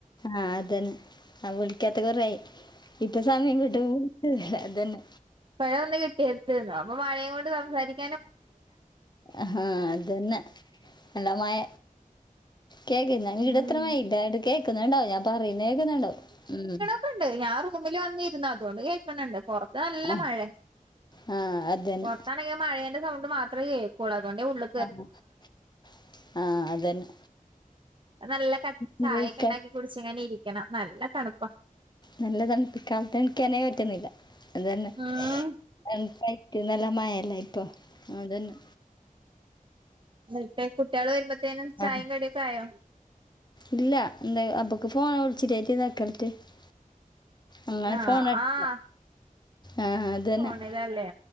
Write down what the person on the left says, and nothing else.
ആഹ് അതന്നെ ആ വിളിക്കാത്ത കൊറേ ആയി. ഇപ്പൊ സമയം കിട്ടും ല്ലാ അതന്നെ
ആഹാ അത് തന്നെ നല്ലാമായ കേക്കുന്നാ വീട്
എത്രമാ <unintelligible> കേക്കുന്നുണ്ടാവും ഞാൻ പറയുന്ന കേക്കുന്നുണ്ടാവും ഉം.
ആ
ആ അതന്നെ
ആഹ് ആഹ് അതന്നെ.
പിന്നെ
ക-
നല്ല തണുപ്പ് കാലത്തെണീക്കാനേ പറ്റുന്നില്ല അത് തന്നെ
തണുപ്പായിട്ട്. നല്ല മയയല്ലേ ഇപ്പൊ അതന്നെ.
ആഹ്
ഇല്ല എന്താ അബക്ക് ഫോൺ വിളിച്ചിട്ടായിട്ട് <unintelligible> അങ്ങനെ
ഫോൺ എടുത്ത്താ
ആഹ് അതന്നെ